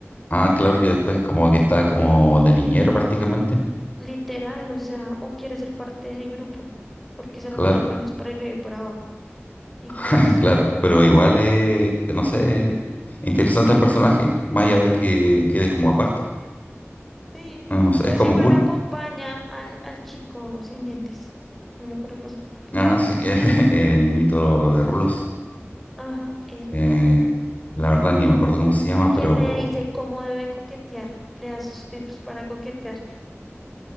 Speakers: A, on the left; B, in the centre.
A: Ah, claro que después como que está como de niñero prácticamente.
B: literal, o sea, o quiere ser parte del grupo, porque se
A: Claro,
B: la pasa con ellos para arriba y para abajo. Y pues,
A: <laughs> claro. Pero igual, eh, no sé, interesante el personaje, más allá de que quede como aparte.
B: sí,
A: No no sé,
B: pues
A: es como
B: igual
A: cool.
B: acompaña al, al chico sin dientes, no me acuerdo cómo se llama tampoco.
A: Ah, sí, <laughs> el niñito de Rulos.
B: Ajá, él.
A: Eh, la verdad ni me acuerdo cómo se llama,
B: que
A: pero...
B: le dice cómo debe coquetear? Le da sus tips para coquetear.